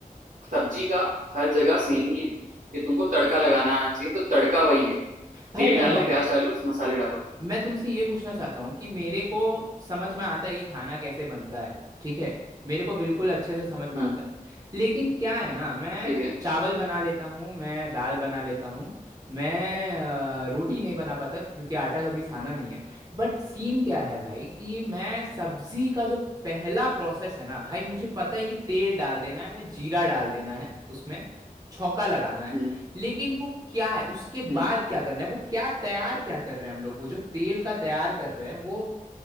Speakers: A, on the right (about 65°); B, on the right (about 25°).
A: सब्जी का हर जगह सेम ही है कि तुमको तड़का लगाना आना चाहिए तो तड़का वही है
B: भाई
A: तेल
B: भाई
A: डालो
B: भाई
A: प्याज डालो मसाले डालो
B: मैं तुमसे ये पूछना चाहता हूँ कि मेरे को समझ में आता है कि खाना कैसे बनता है ठीक है मेरे को बिल्कुल अच्छे से समझ में
A: हम्म
B: आता है लेकिन क्या है ना मैं
A: ठीक है
B: चावल बना लेता हूँ मैं दाल बना लेता हूँ मैं अ, रोटी
A: हम्म
B: नहीं बना पाता क्योंकि आटा कभी साना नहीं है बट सीन क्या है भाई कि मैं सब्जी का जो पहला प्रोसेस है ना भाई मुझे पता है कि तेल डाल देना है जीरा डाल देना है उसमें छौंका लगाना है
A: हम्म
B: लेकिन वो क्या है उसके
A: हम्म
B: बाद क्या करना है वो क्या तैयार क्या कर रहे हैं हम लोग वो जो तेल का तैयार कर रहे हैं वो